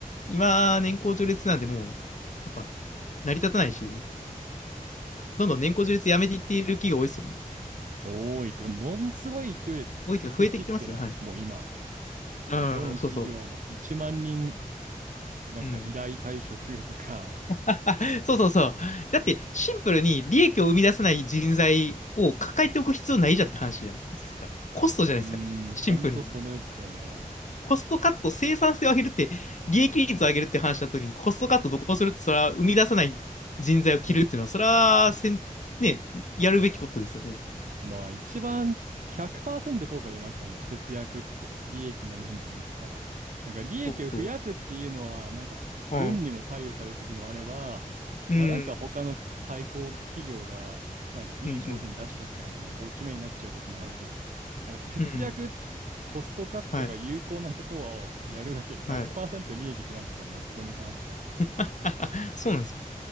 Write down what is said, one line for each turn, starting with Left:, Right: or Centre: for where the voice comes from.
Left: 今、年功序列なんでもう、やっぱ、成り立たないし、どんどん年功序列やめていっている企業多いですよね。
Right: 多い。てか、ものすごい勢いで人切ってないもう今。
Left: 多いというか増えてきてますよね。はい。うん、
Right: もうどの企業も1万人、
Left: そうそ
Right: なんか依頼退職
Left: う。うん。
Right: <laughs> とか。
Left: <laughs> そうそうそう。だって、シンプルに利益を生み出さない人材を抱えておく必要ないじゃんって話じゃないですか。コストじゃないですか。
Right: うーん、
Left: シンプルに。
Right: ほんとそれですよね。
Left: コストカット、生産性を上げるって、利益率を上げるって話したときに、コストカットどこをするって、それは生み出さない人材を切るっていうのは、
Right: <laughs>
Left: それはせん、ね、やるべきことですよね。
Right: まあ、一番100%効果出ますかね、節約って、利益の面で言ったら。なんか利益を増やすっていうのは、
Left: そうそう。
Right: なんか運にも左右される時もあれば、
Left: はい。うん。
Right: まあなんか他の対抗企業が、なんかいい商品出しちゃったから、
Left: うん。
Right: なんか落ち目になっちゃうこともあるけど、なんか節約、
Left: うん。うん。
Right: コストカットが有効なところをやるだけで100%
Left: はい。はい。
Right: 利益出ますからね、そこに関しては。
Left: <laughs> そうなんですよ。